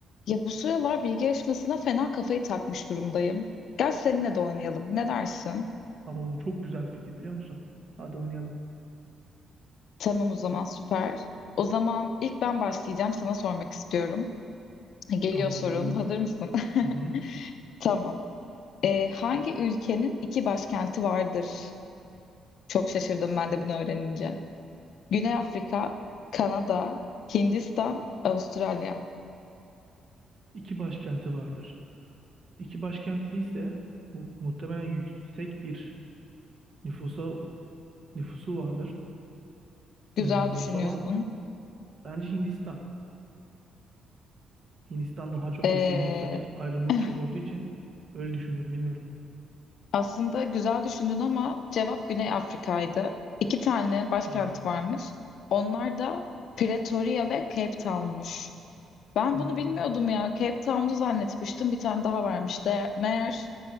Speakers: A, on the left; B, on the right.
A: Ya bu sıralar bilgi yarışmasına fena kafayı takmış durumdayım. Gel seninle de oynayalım. Ne dersin?
B: Tamam bu çok güzel fikir biliyor musun? Hadi oynayalım.
A: Tamam o zaman süper. O zaman ilk ben başlayacağım. Sana sormak istiyorum. Geliyor
B: Tamam
A: sorun.
B: dinliyorum.
A: Hazır mısın?
B: Hı-hı.
A: <laughs> Tamam. Ee, hangi ülkenin iki başkenti vardır? Çok şaşırdım ben de bunu öğrenince. Güney Afrika, Kanada, Hindistan, Avustralya.
B: İki başkenti vardır. İki başkentli ise mu- muhtemelen yüksek bir nüfusa nüfusu vardır.
A: Güzel
B: Hmm,
A: düşünüyorsun.
B: o zaman bence Hindistan. Hindistan daha çok
A: Ee,
B: böyle zengin fakir ayrımı
A: <laughs>
B: çok olduğu için öyle düşünüyorum bilmiyorum.
A: aslında güzel düşündün ama cevap Güney Afrika'ydı. İki tane başkent
B: Aa,
A: varmış. Onlar da Pretoria ve Cape Town'muş. Ben
B: hmm,
A: bunu bilmiyordum ya. Cape Town'u zannetmiştim. Bir tane daha varmış. De meğer